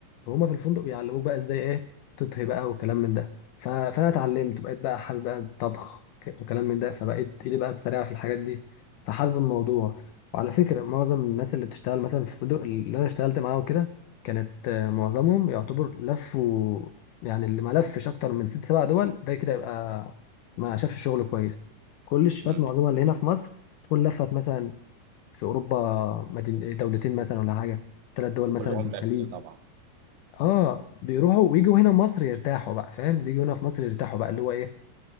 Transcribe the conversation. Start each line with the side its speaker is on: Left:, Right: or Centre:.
Left: وهما في الفندق بيعلموك بقى ازاي ايه تطهي بقى وكلام من ده ف... فانا اتعلمت وبقيت بقى حابب بقى الطبخ ك- وكلام من ده فبقيت ايدي بقى سريعه في الحاجات دي فحابب الموضوع وعلى فكره معظم الناس اللي بتشتغل مثلا في الفندق اللي انا اشتغلت معاهم كده كانت آه، معظمهم يعتبر لفوا يعني اللي ما لفش اكتر من ست سبع دول ده كده يبقى ما شافش شغل كويس كل الشيفات
Right: امم
Left: معظمها اللي هنا في مصر تكون لفت مثلا في اوروبا مدين دولتين مثلا ولا حاجه ثلاث دول
Right: وكلهم
Left: مثلا في
Right: دارسين
Left: الخليج
Right: طبعا
Left: اه بيروحوا ويجوا هنا مصر يرتاحوا بقى فاهم بيجوا هنا في مصر يرتاحوا بقى اللي هو ايه